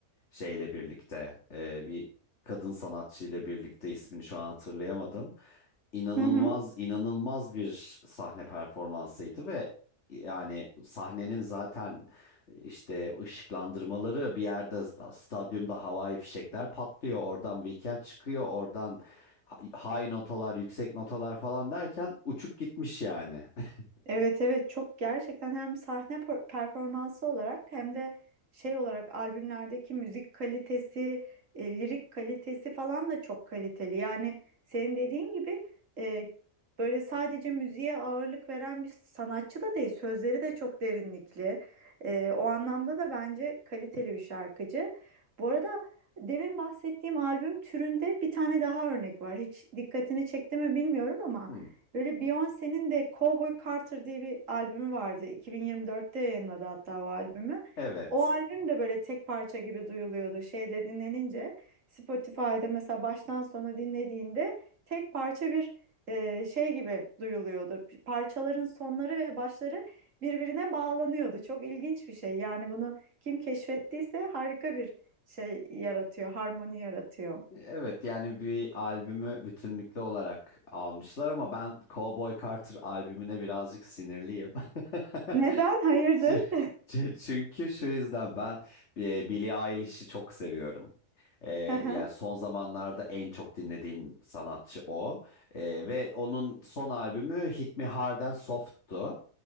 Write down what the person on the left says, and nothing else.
şeyle birlikte. E, bir kadın sanatçı ile birlikte ismini şu an hatırlayamadım inanılmaz
inanılmaz bir sahne performansıydı ve yani sahnenin zaten işte ışıklandırmaları bir yerde sta- stadyumda havai fişekler patlıyor oradan Weekend çıkıyor oradan ha- high notalar yüksek notalar falan derken uçup gitmiş yani. <laughs>
Hmm.
Evet.
Evet yani bir albümü bütünlüklü olarak almışlar ama ben Cowboy Carter albümüne birazcık sinirliyim. <laughs>
Ç- ç- Çünkü şu yüzden ben e, Billie Eilish'i çok seviyorum. E,
yani son zamanlarda en çok dinlediğim sanatçı o. E, ve onun son albümü Hit Me Hard'en Soft'tu.